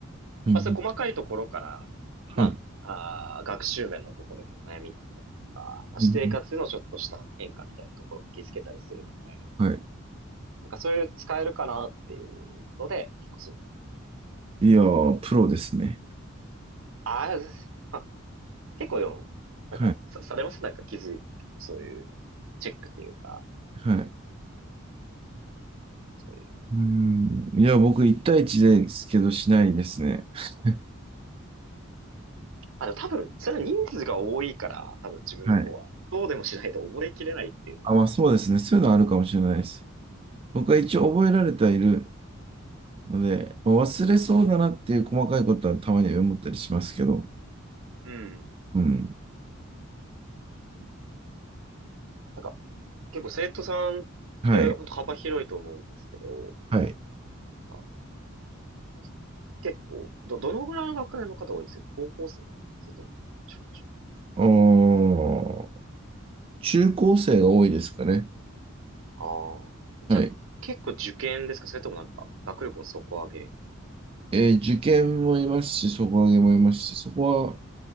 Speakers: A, on the right; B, on the right.
A: うんうん
B: まあ、そういう細かいところから、
A: はい。
B: まあ、あー学習面のところでの悩みだったりとか、まあ、
A: うんうん
B: 私生活でのちょっとした変化みたいなところも気づけたりするので、
A: はい。
B: なんかそういう使えるかなっていうので、結構そういうね、
A: いやー、プロですね。
B: ああ、あ結構でも、なんかさ、
A: はい。
B: されますなんか気づい、結構そういうチェックっていうか、
A: はい。
B: そういう。
A: うーん。いや、僕、1対1ですけど、しないですね。<laughs>
B: あ、でも多分、それは人数が多いから、多分自分の方は、
A: はい。
B: どうでもしないと覚えきれないっていうのが多分あると
A: あ、まあそうですね。そういうのはあるかもしれないです。僕は一応覚えられてはいるので、まあ忘れそうだなっていう細かいことはたまには思ったりしますけど。
B: 思う。うん。
A: うん。
B: なんか、結構生徒さんって本当幅広いと思うんですけど、
A: はい。
B: な
A: はい。
B: んか、なんですか結構、ど、どのぐらいの学年の方多いんですか高校生それとも、小中
A: おー、中高生が多いですかね。
B: ああじゃあ、
A: はい。
B: 結構受験ですかそれともなんか、学力の底上げ
A: えー受験もいますし、底上げもいますし、そこは